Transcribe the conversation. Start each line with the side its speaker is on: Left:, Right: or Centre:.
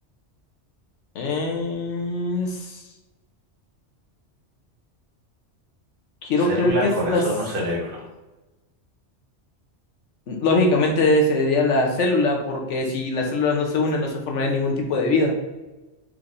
Left: Es... Quiero
Right: ¿Célula,
Left: creer que es
Right: corazón
Left: las...
Right: o cerebro?
Left: Lógicamente sería la célula, porque si las células no se unen, no se formaría ningún tipo de vida.